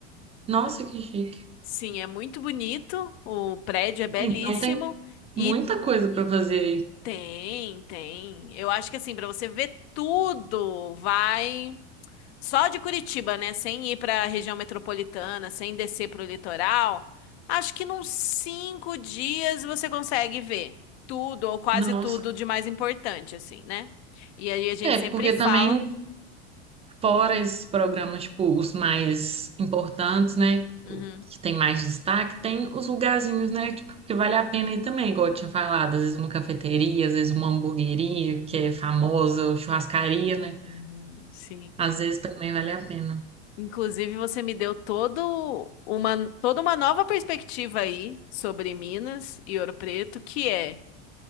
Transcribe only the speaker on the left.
Sim, é muito bonito, o prédio é belíssimo
e
tem, tem. Eu acho que assim, para você ver tudo, vai só de Curitiba, né? Sem ir para a região metropolitana, sem descer para o litoral. Acho que nos cinco dias você consegue ver tudo ou quase
tudo de mais importante, assim, né? E aí a gente
sempre
fala.
Uhum,
uhum,
uhum, sim.
Inclusive, você me deu todo uma, toda uma nova perspectiva aí sobre Minas e Ouro Preto, que é